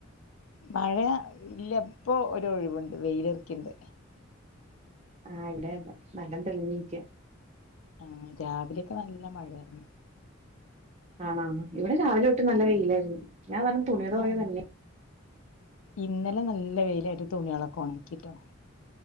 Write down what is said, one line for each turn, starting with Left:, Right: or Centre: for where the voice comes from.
Left: മഴ ഇല്ലപ്പോ ഒരു ഒഴിവുണ്ട് വെയലറക്കിണ്ട്.
Right: ആ ഇവിടെതാ നല്ലം തെളിഞ്ഞിക്കാ.
Left: ആ രാവിലെക്കെ നല്ല മഴായിരുന്നു.
Right: ആണാ ഇവിടെ രാവിലൊട്ട് നല്ല
Left: ഉം
Right: വെയിലായിരുന്നു. ഞാതാലും തുണിടെ പൊറേ
Left: ആ
Right: തന്നെ
Left: ഇന്നലെ നല്ല വെയിലായിട്ട് തുണികളെക്കൊണക്കിട്ടോ.